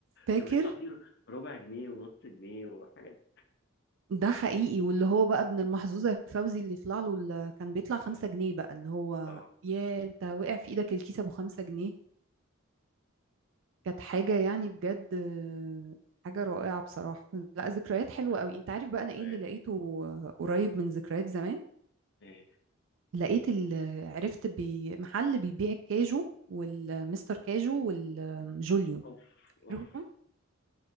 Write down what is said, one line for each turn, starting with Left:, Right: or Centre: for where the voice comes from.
Right: فاكر
Left: كان بيطلع فيه ربع جنيه ونص جنيه وحاجات
Right: ده حقيقي واللي هو بقى ابن المحظوظه فوزي اللي يطلع له ال- كان بيطلع خمسة جنيه بقى اللي هو
Left: اه
Right: يا انت وقع في ايدك الكيس ابو خمسة جنيه كانت حاجة يعني بجد آه، حاجة رائعة بصراحة لا ذكريات حلوة
Left: فاهم،
Right: قوي انت عارف بقى انا ايه
Left: فاهم.
Right: اللي لقيته آه، قريب من ذكريات زمان
Left: ايه
Right: لقيت ال... عرفت بي... محل بيبيع الكاجو والمستر كاجو والجوليو
Left: اوف
Right: فاكرهم
Left: اوف